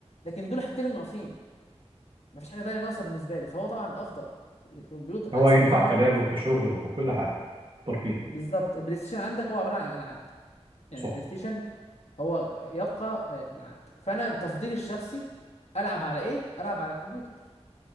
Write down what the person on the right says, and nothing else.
هو
ينفع
كلعب
وكشغل وككل حاجة ترفيه
صح.